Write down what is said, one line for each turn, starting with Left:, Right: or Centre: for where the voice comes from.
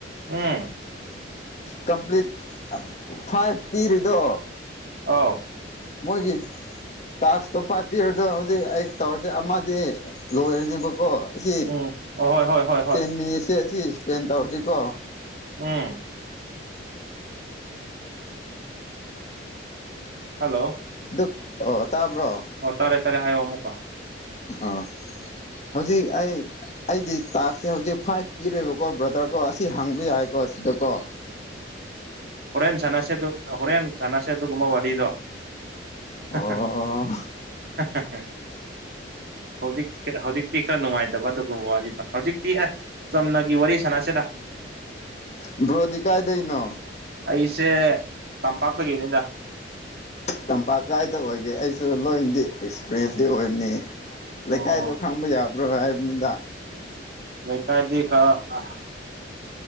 Right: ꯎꯝ
Left: ꯀꯝꯄ꯭ꯂꯤꯠ ꯐꯥꯏꯞ ꯄꯤꯔꯤꯗꯣ
Right: ꯑꯥꯎ
Left: ꯃꯣꯏꯒꯤ ꯇꯥꯛꯁꯇꯣ ꯐꯥꯏꯞ ꯄꯤꯔꯤꯗꯣ ꯍꯧꯖꯤꯛ ꯑꯩ ꯇꯧꯔꯤꯁꯦ ꯑꯃꯗꯤ ꯂꯣꯏꯔꯅꯤꯕꯀꯣ꯫ ꯑꯁꯤ
Right: ꯎꯝ ꯑꯍꯣꯏ ꯍꯣꯏ ꯍꯣꯏ ꯍꯣꯏ
Left: ꯇꯦꯟ ꯃꯤꯅꯤꯠꯁꯦ ꯑꯁꯤ ꯏꯁꯄꯦꯟ ꯇꯧꯔꯗꯤꯀꯣ
Right: ꯎꯝ ꯍꯜꯂꯣ
Left: ꯑꯗꯨꯛ ꯑꯣ ꯇꯥꯕ꯭ꯔꯣ?
Right: ꯑꯣ ꯇꯔꯦ ꯇꯔꯦ ꯍꯥꯏꯌꯣ ꯑꯃꯨꯛꯀ꯫
Left: ꯑꯥ ꯍꯧꯖꯤꯛ ꯑꯩ꯫ ꯑꯩꯒꯤ ꯇꯥꯛꯁꯦ ꯍꯧꯖꯤꯛ ꯐꯥꯏꯞ ꯄꯤꯔꯦꯕꯀꯣ ꯕ꯭ꯔꯥꯗꯔ ꯀꯣ ꯑꯁꯤ ꯍꯪꯕ ꯌꯥꯏꯀꯣ ꯑꯁꯤꯗꯀꯣ꯫
Right: ꯍꯣꯔꯦꯟ ꯁꯥꯟꯅꯁꯦꯗꯨ ꯍꯣꯔꯦꯟ ꯁꯥꯟꯅꯁꯦ ꯑꯗꯨꯒꯨꯝꯕ ꯋꯥꯔꯤꯗꯣ꯫
Left: ꯑꯣ
Right: ꯍꯥ ꯍꯥ ꯍꯥ ꯍꯥ ꯍꯧꯖꯤꯛ ꯍꯧꯖꯤꯛꯇꯤ ꯈꯔ ꯅꯨꯡꯉꯥꯏꯇꯕ ꯑꯗꯨꯒꯨꯝꯕ ꯋꯥꯔꯤꯗꯣ ꯍꯧꯖꯤꯛꯇꯤ ꯑꯦ ꯆꯝꯅꯒꯤ ꯋꯥꯔꯤ ꯁꯥꯟꯅꯁꯤꯗ꯫
Left: ꯎꯝ ꯕ꯭ꯔꯣꯗꯤ ꯀꯥꯏꯗꯩꯅꯣ꯫
Right: ꯑꯩꯁꯦ ꯇꯝꯄꯥꯛꯇꯒꯤꯅꯤꯗ꯫
Left: ꯇꯝꯄꯥꯛ ꯀꯥꯏꯗ ꯑꯣꯏꯒꯦ ꯑꯩꯁꯨ ꯂꯣꯏꯅꯗꯤ ꯑꯦꯛꯁꯄ꯭ꯔꯦꯁꯇꯤ ꯑꯣꯏꯕꯅꯦ꯫
Right: ꯑꯣ
Left: ꯂꯩꯀꯥꯏꯗꯣ ꯈꯪꯕ ꯌꯥꯕ꯭ꯔꯣ ꯍꯥꯏꯕꯅꯤꯗ꯫
Right: ꯂꯩꯀꯥꯏꯗꯤ ꯈꯔ